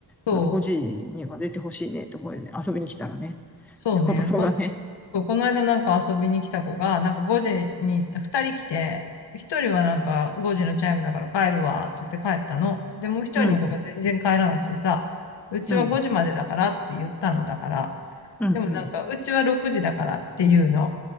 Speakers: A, on the left; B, in the centre.
A: そう。
B: まあ、5時には出てほしいねと思うよね。遊びに来たらね。
A: そうね。
B: 子供がね。
A: こんそう、この間なんか遊びに来た子が、なんか5時に2人来て、1人はなんか5時のチャイムだから帰るわって言って帰ったの。で、もう1人の子が全然帰らなくてさ、
B: うん、
A: うちは5時までだからって言ったのだから、
B: うん、うん、
A: でもなんかうちは6時だからっていうの。
B: うん、